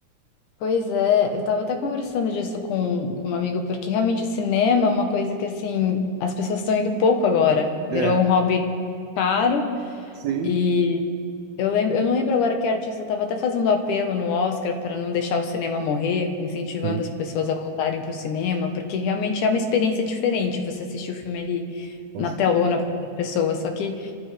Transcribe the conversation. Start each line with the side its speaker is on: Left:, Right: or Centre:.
Left: Pois é, eu tava até conversando disso com, com um amigo, porque realmente o cinema é uma coisa que, assim, as pessoas estão indo pouco agora. Virou
Right: É,
Left: um hobby caro
Right: sim,
Left: e eu lembro, eu não lembro agora que artista estava até fazendo apelo no Oscar para não deixar o cinema morrer, incentivando
Right: sim.
Left: as pessoas a voltarem para o cinema, porque realmente é uma experiência diferente você assistir o filme ali
Right: com
Left: na telona com outras pessoas. Só que